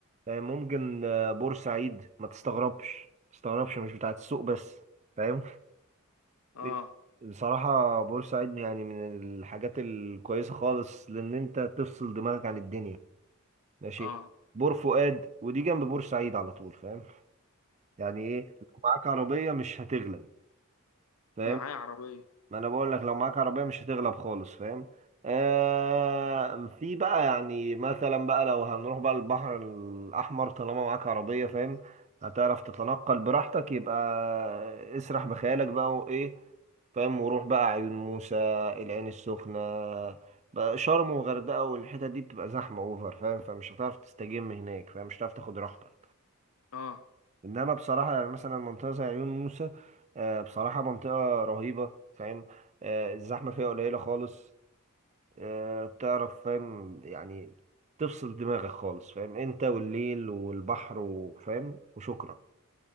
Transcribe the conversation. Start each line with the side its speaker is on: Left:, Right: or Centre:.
Right: آه، ممكن آه، بورسعيد ما تستغربش ما تستغربش مش بتاعت السوق بس فاهم
Left: اه
Right: <laughs> بصراحه بورسعيد يعني من الحاجات الكويسه خالص لان انت تفصل دماغك عن الدنيا ماشي
Left: اه
Right: بور فؤاد ودي جنب بورسعيد على طول فاهم يعني ايه لو معاك عربيه مش هتغلب فاهم
Left: معايا عربية
Right: ما انا بقول لك لو معاك عربيه مش هتغلب خالص فاهم آه في بقى يعني مثلا بقى لو هنروح بقى البحر الاحمر طالما معاك عربيه فاهم هتعرف تتنقل براحتك يبقى اسرح بخيالك بقى وايه فاهم وروح بقى عيون موسى العين السخنه بقى شرم وغردقه والحتت دي بتبقى زحمه اوفر فاهم فمش هتعرف تستجم هناك فاهم مش هتعرف تاخد راحتك
Left: اه
Right: انما بصراحه يعني مثلا منطقه زي عيون موسى آه، بصراحه منطقه رهيبه فاهم آه، الزحمه فيها قليله خالص آه، بتعرف فاهم يعني تفصل دماغك خالص فاهم انت والليل والبحر وفاهم وشكرا